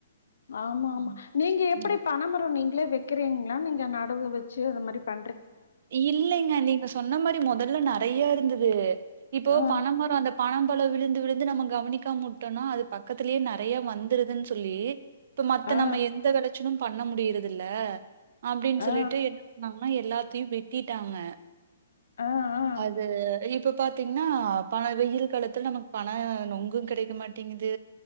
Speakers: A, on the left; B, on the right.
A: ஆமா ஆமா
B: ம்.
A: நீங்க எப்படி
B: ம்.
A: பணமரும் நீங் இல்ல வைக்கிறீங்களா நீங்க நடவு வச்சு அது மாரி ப்
B: இல்லைங்க நீங்க சொன்ன மாரி மொதல்ல நெறைய இருந்தது அது இப்போ
A: ஆ
B: பணமர அந்த பணம் எவ்வள விழுந்து விழுந்து நம்ம கவனிக்காம உட்டோனா அது பக்கத்துலே நெறைய வந்துருதுன் சொல்லி இப்ப மத்த
A: ஆ
B: நம்ம எந்த வெளைச்சலும் பண்ண முடியறதுல்ல அப்டின்னு
A: ஆ
B: சொல்லிட்டு என்ன பண்ணாங்கனா எல்லாத் த்தியு வெட்டிட்டாங்க
A: ஆ ஆ ஆ
B: அது <unintelligible> இப்ப பாத்தீங்கன்னா பன வெயில் காலத்துல நமக்கு பன நொங்கு கெடைக்க மாட்டேங்குது